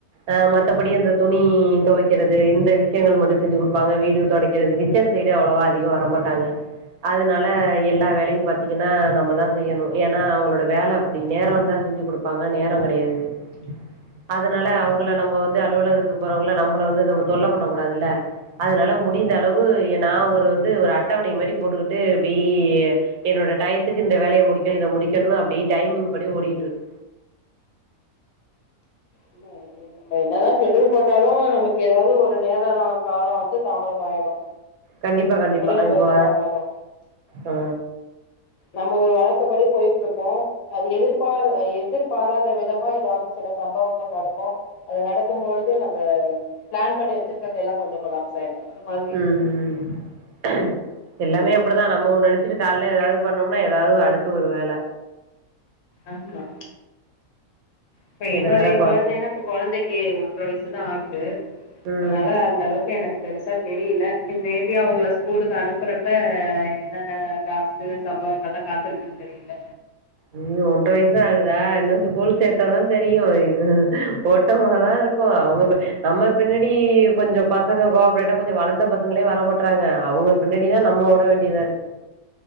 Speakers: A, on the right (about 80°); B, on the left (about 65°).
A: ஆ மத்தபடி அந்த துணி தொவைக்கிறது இந்த விஷயங்கள் மட்டு செஞ்சி குடுப்பாங்க வீடு தொடைக்கிறது கிச்சன் சைடு அவ்ளவா அதிகோ வரமாட்டாங்க அதனால எல்லா வேலையு பாத்திங்கன்னா நம்ம தா செய்யணு ஏன்னா அவுங்களோட வேல அப்டி நேரோ இருந்தா செஞ்சி குடு ப்பாங்க நேரோ கெடையாது
B: <inaudible>
A: அதனால அவங்கள நம்ம வந்து அலுவலகத்துக்கு போறவங்கள நம்பள வந்து நம்ம தொல்ல பண்ண கூடாதுல்ல அதனால மு டிந்த
B: கண்டிப்பா
A: அளவு நா ஒரு வந்து ஒரு அட்டவணை மாரி போட்டுக்கிட் டு இப்டி என்னோட டயத்துக்கு இந்த வேலய முடிக்கணு இத முடிக்கணுன்னு அப்டியே டைமிங் படி ஓடிட்ருக்கு
B: என்ன அ ஏ நம்ப என்னதா ஷெட்யூல் போட்டாலு நமக்கு ஏதாவது ஒரு நேரோ காலோ வந்து தாமதம் ஆயிடு
A: கண்டிப்பா கண்டிப்பா
B: எப்படி நம்ம
A: அது இப்ப
B: இது பண்ணாலு
A: ஆ
B: நம்ம ஒரு வழக்க படி போயிட்ருப்போ அது எதிர்பா எதிர்பாராத விதமா எதாவது சில சம்பவங்கள் நடக்கு அது நடக்கும் பொழுது நம்ம பிளான் பண்ணி வச்சிருக்குறத எல்லா கொஞ்சோ கொலாப்ஸ் சரிக்கா அந்த மாரி
A: ம் ம் எல்லாமே அப்டிதா நம்ம ஒண்ணு நெனச்சிட்டு காலைல ஏதாவது பண்ணோம்னா எதாவது அடுத்து ஒரு வேல
B: ஆமா இப்ப
A: இதுல
B: என்னுடைய
A: வேற கொழ
B: கொழந்தைன்னா இப்ப கொழந்தைக்கி ஒன்ற வயசு தா ஆகுது
A: ம்
B: அதனால அந்த அளவுக்கு எனக்கு பெருசா தெரியல மே பி அவுங்கள ஸ்கூலுக்கு அனுப்புறப்ப என்னென்ன டாஸ்கு சம்பவங்கல்லா காத்துருக்குன்னு தெரியல
A: ஓ ஒன்ற வயசுதா ஆகுதா இன்னு ஸ்கூல் சேத்தாதா தெரியு இது ஓட்டமாதா இருக் கு அங்கன்னு நம்ம பின்னாடி கொஞ்சோ பசங்க கோப்ரேட்டா கொஞ்சோ வளந்த பசங்களே வர மாட்றாங்க அவுங்க பின்னாடி தா நம்ம ஓட வேண்டியதா இருக்கு